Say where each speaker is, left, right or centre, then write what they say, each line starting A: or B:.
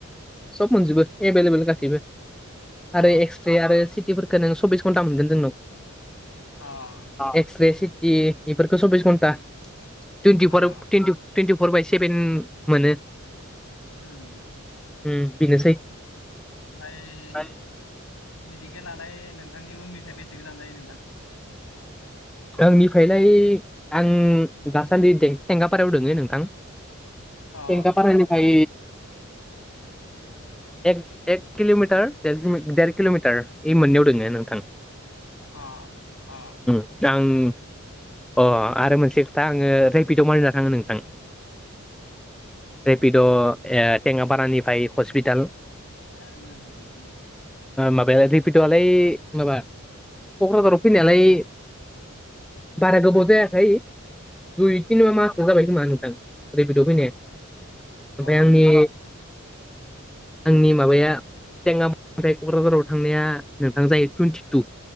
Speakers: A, in the centre; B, on the left.
A: सब मोनजोबो एभलेबोल गासैबो
B: अ
A: आरो एक्स <unintelligible> आरो सिटिफोरखो नों सब्बिस घन्टा मोनगोन जोंनाव
B: <unintelligible>
A: एक्स रे सिटि बेफोरखौ सब्बिस घन्टा twenty four
B: O
A: twenty twenty four by seven मोनो
B: <unintelligible>
A: उम बेनोसै
B: ओमफाय
A: ओमफ्राय
B: मेडिकेआलाय नोंथांनि रुमनिफ्राय बेसे गोजान जायो नोंथां
A: आंनिफ्रायलाय आं दासान्दि थेंगापारायाव दंङो नोंथां
B: अ
A: एंगा फारानिफाय एक एक किल'मिटार देर किल'मिटार इ मोननैयाव दोंङो नोंथां
B: अ अ
A: दा आं अ आरो मोनसे खोथा आंङो रिपिटाव मारिना थांङो नोंथां रेपिड' टेङापारानिफ्राय हस्पिटाल
B: <unintelligible>
A: माबायालाय रिपिट'आलाय माबा क'क्राझाराव फैनायालाय बारा गोबाव जायाखै दुइ तिनिमा माहसो जाबाय खोमा नोंथां रेपिट' फैनाया
B: अ
A: ओमफाय आंनि आंनि माबाया टेङापारानिफ्राय क'क्राझाराव थांनाया नोंथां जायो टुइन्टि टु